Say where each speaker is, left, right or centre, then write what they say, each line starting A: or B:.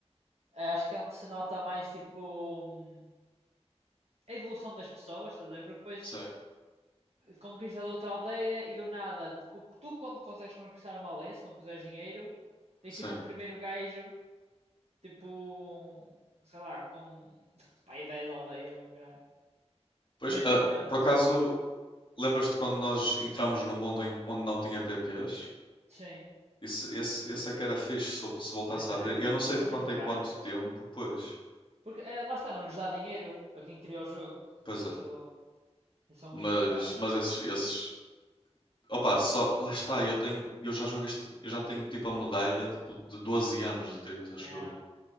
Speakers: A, on the right; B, on the left.
A: eh, acho que é onde se nota mais, tipo, hum, a evolução das pessoas, estás a ver? Porque depois
B: sim,
A: conquistas outra aldeia e do nada, tu, tu quando consegues conquistar uma aldeia, se não puseres dinheiro, tens
B: sim.
A: tipo o primeiro gajo, tipo, sei lá, com <laughs> pai 10 aldeias do caralho.
B: Pois,
A: Neste
B: ah,
A: momento,
B: por acaso, lembras-te quando nós entramos no mundo em- onde não tinha PPs?
A: sim,
B: Isso, esse, esse esse é que era fixe se, se voltasse
A: pois
B: a
A: era.
B: abrir. Eu não sei
A: Mas
B: de
A: são
B: quanto
A: muito raros,
B: em quanto
A: Bruno.
B: tempo, pois.
A: Porque eh, lá está, não nos dá dinheiro a quem cria o jogo.
B: Pois
A: Por
B: é.
A: isso, são
B: Mas,
A: muito raros.
B: mas esses, esses... Opa, só... Lá está, eu tenho... Eu já jogo este... Eu já tenho, tipo, a medalha, tipo, de 12 anos de trios, acho
A: É,
B: eu.